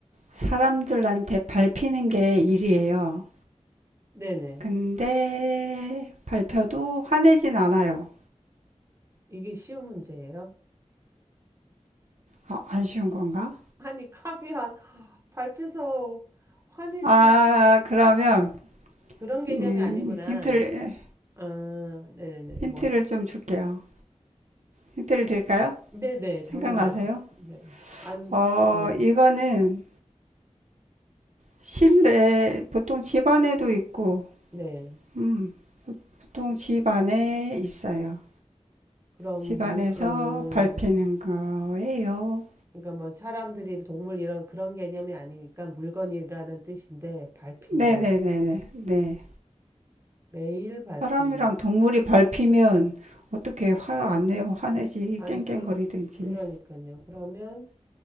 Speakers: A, on the right; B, on the right.
A: 사람들한테 밟히는 게 일이에요.
B: 네네.
A: 근데 밟혀도 화내진 않아요.
B: 이게 쉬운 문제예요.
A: 아, 안 쉬운 건가?
B: 아니, 카이한 밟혀서 화내지.
A: 아, 그러면
B: 그런 개념이
A: 음,
B: 아니구나.
A: 힌트를
B: 아, 네네네.
A: 힌트를
B: 뭐,
A: 좀 줄게요. 힌트를 드릴까요?
B: 네네,
A: 생각나세요?
B: 당연히요. 네. 아니,
A: 어,
B: 네.
A: 이거는 실내 보통 집 안에도 있고,
B: 네.
A: 음, 보통 집 안에 있어요.
B: 그럼
A: 집
B: 물,
A: 안에서
B: 음,
A: 밟히는 거예요.
B: 그러니까 뭐 사람들이 동물 이런 그런 개념이 아니니까 물건이라는 뜻인데 밟힌다.
A: 네네네네. 네.
B: 매일 밟힌.
A: 사람이랑 동물이 밟히면 어떻게 화 안 내요? 화내지
B: 어, 아니,
A: 깽깽거리든지.
B: 그, 그러니까요. 그러면